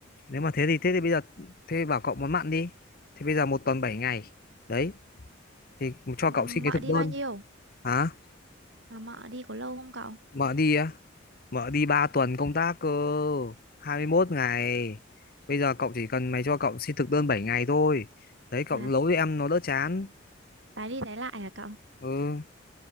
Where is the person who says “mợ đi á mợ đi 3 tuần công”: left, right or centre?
Left